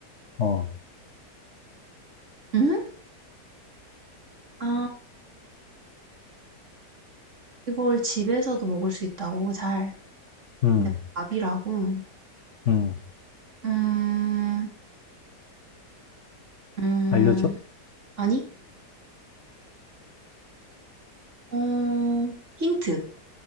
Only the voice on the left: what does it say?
어,
음,
음.
알려줘?